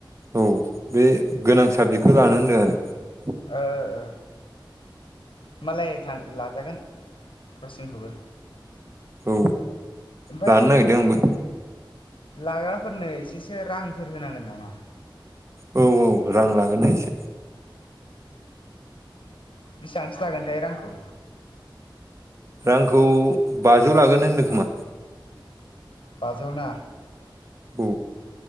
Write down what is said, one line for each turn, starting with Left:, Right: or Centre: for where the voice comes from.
Right: औ बे गोनां साबजेक्टखौ लानो होनदों आरो
Left: ओ ओ होमबालाय थां लाजागोन रसिंखौबो
Right: औ
Left: बै
Right: लानो नागिरदों
Left: बै
Right: आंबो
Left: लाग्राफोरनो एसेसो रांफोर होनांगोन नामा
Right: औ औ रां लागोन एसे
Left: बिसेबांसो जागोनथाय रांखौ
Right: रांखौ बाजौ लागोन होनदों खोमा
Left: बाजौना
Right: औ